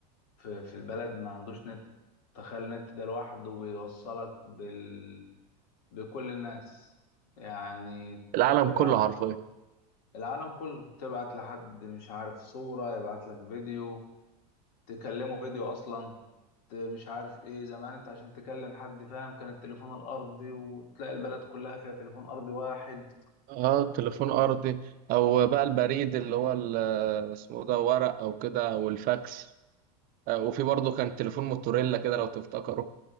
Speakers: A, on the left (about 70°); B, on the right (about 45°).
A: في, في البلد ما عندوش نت تخيل النت ده لوحده بيوصلك بال... بكل الناس يعني
B: العالم
A: تبعت
B: كله حرفيا
A: العالم كله تبعت لحد مش عارف صورة يبعت لك فيديو تكلمه فيديو اصلا ت- مش عارف ايه زمان انت عشان تكلم حد فاهم كان التليفون الارضي وتلاقي البلد كلها فيها تليفون ارضي واحد
B: اه تليفون
A: و...
B: ارضي او بقى البريد اللي هو ال- اسمه ده ورق او كده او الفاكس آه، وفي برضه كان تليفون موتوريلا كده لو تفتكروا